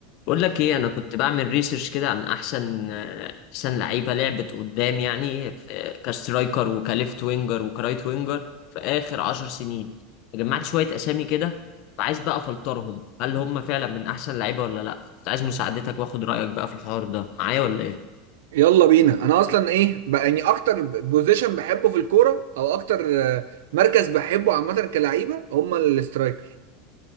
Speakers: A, on the left (about 60°); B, on the right (about 75°).
A: بقول لك ايه انا كنت بعمل ريسيرش كده عن احسن احسن لعيبه لعبت قدام يعني في كسترايكر وكليفت وينجر وكرايت وينجر في اخر عشر سنين جمعت شويه اسامي كده فعايز بقى افلترهم هل هم فعلا من احسن لعيبه ولا لا كنت عايز مساعدتك واخد رايك بقى في الحوار ده معايا ولا ايه
B: يلا بينا انا اصلا ايه بقى يعني اكتر بوزيشن بحبه في الكوره او اكتر آه، مركز بحبه عامه كلعيبه هما الاسترايكر